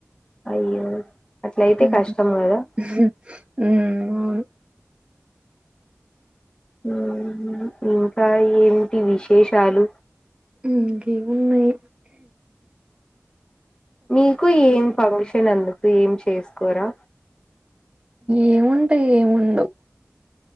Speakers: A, on the left (about 15°); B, on the right (about 20°).
A: అయ్యో అట్లయితే
B: హ్మ్
A: కష్టం కదా
B: హు ఉహు హ్మ్ అవును
A: ఉహ్మ్ ఇంకా ఏమిటి విశేషాలు
B: ఉహ్మ్ ఇంకా ఉన్నాయి.
A: మీకు ఏం ఫంక్షన్ తినందుకు ఏం చేసుకోరా
B: ఏముంటయ్ ఏముండవ్